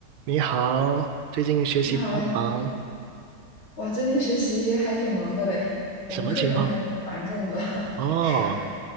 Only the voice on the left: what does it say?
你好呀，哇，最近学习还挺忙的嘞，我们课程还挺繁重的，
<laughs>
是